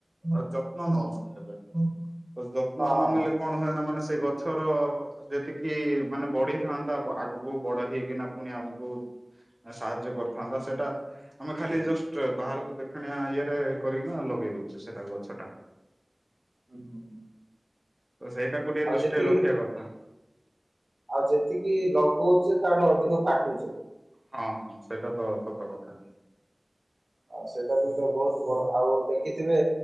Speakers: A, on the right (about 25°); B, on the right (about 80°).
A: ଆ ଯତ୍ନ ନଉନ କେବେ, ତ ଯତ୍ନ
B: ହଁ ହଁ
A: ନନେଲେ
B: ହଁ
A: କଣ ହୁଏ ନା ମାନେ ସେ ଗଛର ଯେତିକି ମାନେ ବଢିଥାନ୍ତା, ଆଗକୁ କୁ ବଡ ହେଇକି ନା ପୁଣି ଆମକୁ ସାହାଯ୍ୟ କରିଥାନ୍ତା, ସେଇଟା ଆମେ ଖାଲି ଜଷ୍ଟ ବାହାରକୁ ଦେଖାଣିଆ ଇଏରେ କରିକିନା ଲଗେଇ ଦଉଛେ, ସେଟା ଗଛ ଟା
B: ହୁଁ, ହୁଁ, ହୁଁ।
A: ତ ସେଇଟାକୁ ଟିକେ
B: ଆଉ
A: ଦୃଷ୍ଟିରେ
B: ଯେତିକି,
A: ରଖିବା କଥା।
B: ଆଉ ଯେତିକି ଲଗଉଚେ ତାଠୁ ଅଧିକ କାଟୁଛି।
A: ହଁ, ସେଇଟା ତ ସତ କଥା।
B: ଆଉ ସେଇଟା ବି ଗୋଟେ ବହୁତ ବଡ, ଆଉ ଦେଖି ଥିବେ,